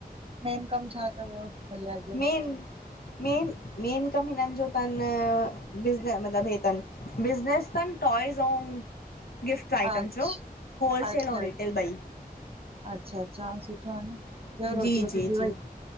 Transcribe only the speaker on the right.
मेन कमु छा तव? भैया जो?
अ-
अच्छा
अच्छा
अच्छा -अच्छा सुठो आ न, ॿियो रोटी
वोटी
थी
वई